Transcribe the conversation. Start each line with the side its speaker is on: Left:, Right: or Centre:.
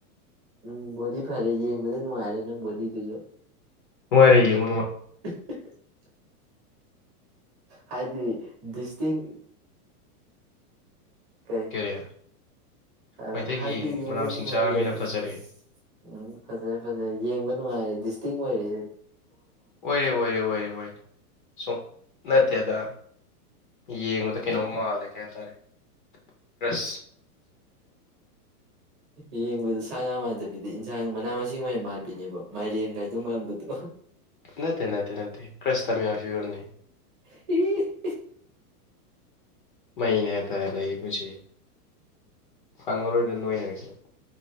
Right: ꯎꯝ ꯕꯣꯗꯤ ꯐꯔꯦ ꯌꯦꯡꯕꯗ ꯅꯨꯡꯉꯥꯏꯔꯦ ꯅꯪ ꯕꯣꯗꯤꯗꯨꯁꯨ
Left: ꯔꯤꯃ
Right: <inaudible> ꯍꯥꯏꯗꯤ ꯗꯤꯁꯇꯤꯡ ꯀꯩ
Left: ꯀꯔꯤ
Right: ꯑꯗ
Left: ꯃꯩꯇꯩꯒꯤ
Right: ꯍꯥꯏꯗꯤ ꯌꯦꯡꯕ
Left: ꯃꯅꯥ ꯃꯁꯤꯡ
Right: ꯅꯨꯡꯉꯥꯏꯔꯦꯗꯤ
Left: ꯆꯥꯔꯃꯤꯅ ꯐꯖꯔꯦ
Right: ꯎꯝ ꯐꯖꯔꯦ ꯐꯖꯔꯦ ꯌꯦꯡꯕ ꯅꯨꯡꯉꯥꯏꯔꯦꯗꯤ ꯇꯤꯡ ꯑꯣꯏꯏꯔꯦ
Left: ꯑꯣꯏꯔꯦ ꯑꯣꯏꯔꯦ ꯑꯣꯏꯔꯦ ꯑꯣꯏꯔꯦ ꯁꯨꯝ ꯅꯠꯇꯦꯗ ꯌꯦꯡꯕꯨꯗ ꯀꯩꯅꯣꯝ ꯃꯥꯜꯂꯦ ꯀꯩ ꯍꯥꯏꯇꯥꯔꯦ ꯄ꯭ꯔꯁ
Right: ꯌꯦꯡꯕꯗ ꯁꯥ ꯉ ꯃꯥꯟꯗ ꯄꯤꯗꯤ ꯌꯦꯟꯁꯥꯡ ꯃꯅꯥ ꯃꯁꯤꯡ ꯑꯣꯏꯅ ꯃꯥꯟꯕꯅꯦꯕ ꯃꯥꯏꯔꯦꯟꯒꯥꯏꯗ ꯃꯥꯟꯕꯗꯣ
Left: ꯅꯠꯇ ꯅꯠꯇ ꯅ ꯀ꯭ꯔꯔꯤꯁꯇꯃꯤ ꯑꯐꯒꯣꯟꯅꯤ
Right: ꯍ
Left: ꯃꯅ ꯑꯗꯥꯥꯏ ꯂꯩ ꯄꯨꯁꯤ ꯑꯉꯉ ꯂꯣꯏꯗ ꯅꯣꯏꯅ ꯈꯦ